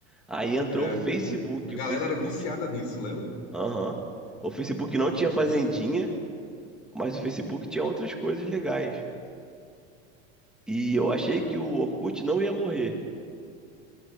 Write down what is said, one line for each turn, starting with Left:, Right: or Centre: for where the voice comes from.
Centre: Aí entrou
Left: É,
Centre: o Facebook.
Left: eu le- a galera
Centre: O Facebook.
Left: era viciada nisso, lembra?
Centre: Aham. O Facebook não
Left: Putz,
Centre: tinha Fazendinha, mas o Facebook tinha outras coisas legais. E eu achei
Left: é,
Centre: que o Orkut não ia morrer